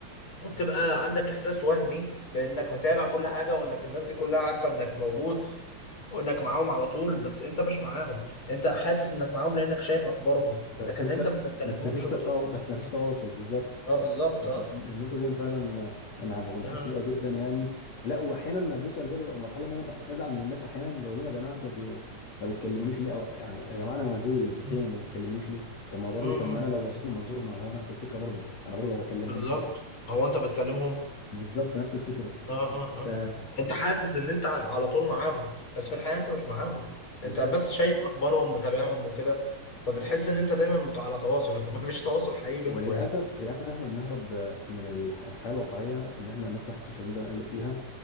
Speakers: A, on the left (about 40°); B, on the left (about 60°).
A: وبتبقى عندك احساس وهمي بانك متابع كل حاجه وانك الناس دي كلها عارفه انك موجود وانك معاهم على طول بس انت مش معاهم انت حاسس انك معاهم لانك شايف اخبارهم
B: بس
A: لكن
B: انت
A: انت ما بتكلمهمش
B: بس مفيش
A: وبتقول
B: تصاو بس مفيش تواصل بالظبط
A: اه بالظبط
B: انت
A: اه
B: النقطه دي انا فعلا انا بكون
A: اه
B: بحس بيها جدا يعني لا واحيانا ما بوصل بال- المرحله ان انا بح- بزعل من الناس احيانا بقول لهم يا جماعه انتوا بت- ما بتكلمونيش ليه او يعني يا جماعه انا موجود انتوا
A: مم.
B: فين ما بتكلمونيش ليه طب ما برضه
A: مم.
B: طب ما انا لو بصيت من منظور ما هو نفس الفكره برضه انا برضه ما بكلمهمش
A: بالظبط هو انت بتكلمهم
B: بالظبط نفس الفكره
A: اه اه اه
B: ف
A: انت حاسس ان انت على طول معاهم بس في الحقيقة انت مش معاهم انت
B: بالظبط
A: بس شايف اخبارهم متابعهم وكده فبتحس ان انت دايما مت- على تواصل لكن ما فيش تواصل حقيقي بينكم
B: وللاسف
A: يعني
B: للاسف احنا بنهرب من الح- الحياه الواقعيه ان احنا نفتح السوشيال ميديا ونقلب فيها